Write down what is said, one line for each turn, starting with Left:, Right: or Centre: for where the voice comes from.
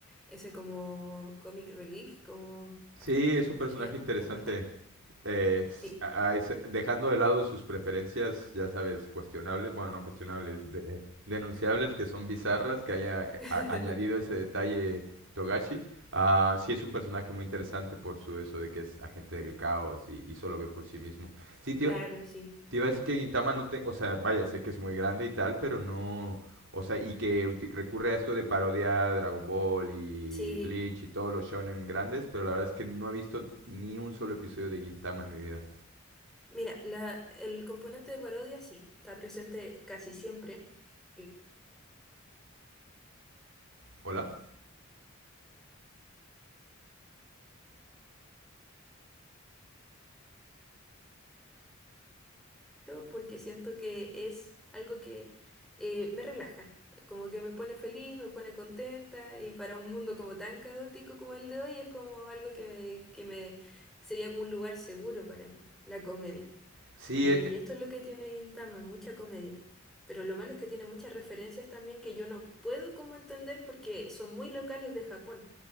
Centre: ese como comic relief, como
Right: sí, es un personaje
Centre: que,
Right: interesante.
Centre: que aportaba.
Right: eh,
Centre: Sí,
Right: a- a ese- dejando de lado sus preferencias, ya sabes, cuestionables, bueno, no cuestionables, de- denunciables, que son bizarras, que haya eh,
Centre: <laughs>
Right: a- añadido ese detalle Togashi, ah, sí es un personaje muy interesante por su eso de que es agente del caos y, y solo ve por sí mismo. Sí, te,
Centre: claro, sí.
Right: te iba a decir que Gintama no te, o sea, vaya, sé que es muy grande y tal, pero no, o sea, y que uti- recurre a esto de parodiar Dragon Ball y
Centre: Sí.
Right: Bleach y todos los shonen grandes, pero la verdad es que no he visto ni un solo episodio de Gintama en mi vida.
Centre: Mira, la, el componente de parodia sí, está presente casi siempre, y-
Right: ¿Hola?
Centre: pero porque siento que es algo que eh, me relaja, como que me pone feliz, me pone contenta, y para un mundo como tan caótico como el de hoy es como algo que me, que me sería como un lugar seguro para mí, la comedia.
Right: Sí,
Centre: Y
Right: e-
Centre: esto es lo que tiene Gintama, mucha comedia. Pero lo malo es que tiene muchas referencias también que yo no puedo como entender porque son muy locales de Japón.